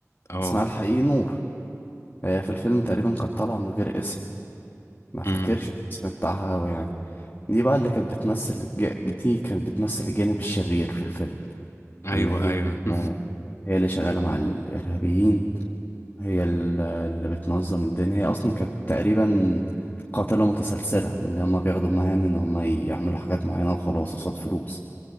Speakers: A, on the left; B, on the left.
A: اه
B: اسمها الحقيقي نور هي في الفيلم تقريبا كانت طالعة من غير اسم ما افتكرش
A: امم
B: الاسم بتاعها أوي يعني دي بقى اللي كانت بتمثل الج- دي كانت بتمثل الجانب الشرير في الفيلم
A: ايوه
B: إن هي
A: ايوه <laughs>
B: آه، هي اللي شغالة مع الإرهابيين هي ال- اللي بتنظم الدنيا هي اصلا كانت تقريبا قاتلة متسلسلة من اللي هما بياخدوا مهام ان هما يعملوا حاجات معينة وخلاص قصاد فلوس